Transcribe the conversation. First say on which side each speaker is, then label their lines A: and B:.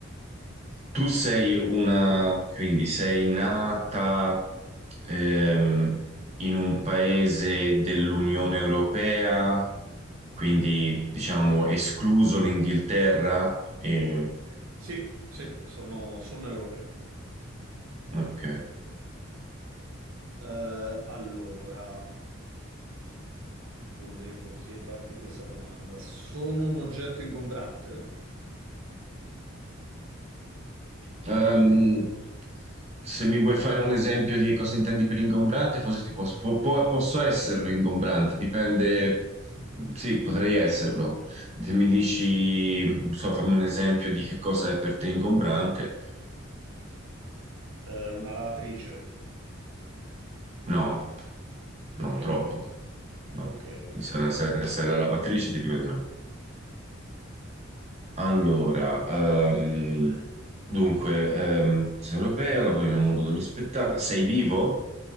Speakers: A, on the right; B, on the right.
A: Tu sei una, quindi sei nata ehm, in un paese dell'Unione Europea, quindi diciamo escluso l'Inghilterra. E-
B: Sì, sì, sono, sono europeo.
A: ok.
B: Eh, allora, volevo chie- farti questa domanda. Sono un oggetto ingombrante?
A: Ehm, se mi vuoi fare un esempio di cosa intendi per ingombrante, forse ti posso, po- po- posso esserlo ingombrante, dipende, sì, potrei esserlo. Se mi dici, non so, fammi un esempio di che cosa è per te ingombrante,
B: Eh, una lavatrice?
A: no, no,
B: Ok,
A: troppo, no.
B: ok, ok.
A: Se non sei sei la lavatrice, ti dico di no. Allora, ehm, dunque, ehm, sei europea, lavori nel mondo dello spettacolo, sei vivo?